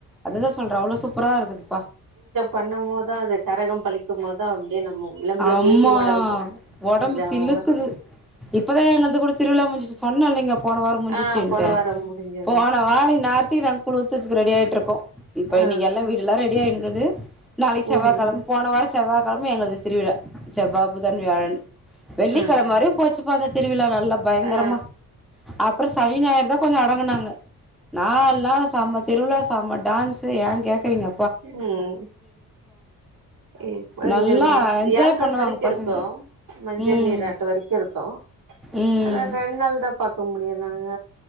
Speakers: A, in the centre; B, on the right.
A: அதுதா சொல்றே அவ்ளோ சூப்பரா இருக்குதுப்பா
B: பண்ணம்போதுதா அது கரகம் பழிக்கும்போதுதா அப்டியே நம்ம நம்மள
A: அம்மா
B: மீறி ஒடம்பு
A: உடம்பு
B: இதாவு
A: சிலுக்குது இப்பதா எங்களுக்கு குடு திருவிழா முஞ்சிச்சுனு சொன்ன இல்லைங்க போன வாரோ முஞ்சுச்சுனுடு
B: ஆ போன வாரம் முடிஞ்சது
A: போன வார இன் நேரத் கி வாங்கி ‌ குழிச்சத்துக்கு ரெடி ஆயிட்டு இருக்கோ இப்ப
B: ஆ
A: இன்னைக்கு எல்லா வீடு எல்லா ரெடி ஆய இருந்தது நாளைக்கு
B: ம்
A: செவ்வாகெழம போன வாரோ செவ்வாய்கெழம எங்களுக்கு திருவிழா செவ்வா புதன் வியாழன் வெள்ளிகெழம
B: ம்
A: வரையு போச்சு பா அந்த திருவிழா நல்லா பயங்கரமா
B: ஆ ஆ
A: அப்றோ சனி ஞாயர் தா கொஞ்சோ அடங்குனாங்க நாலு நாள் செம்ம திருவிழா செம்ம டான்ஸ் ஏ கேக்றீங்க
B: ம் ம் பஞ்சமி
A: நல்லா என்ஜாய்
B: வியழைக்கிழம
A: பண்ணுவாங்க
B: வரைக்கு
A: பசங்க
B: இருக்கு மஞ்சள்
A: ம்
B: நீர் ஆட்டு வரைக்கு இருக்கு
A: ம்
B: ஆன ரெண் என்னால் தா பாக்க முடியு நாங்க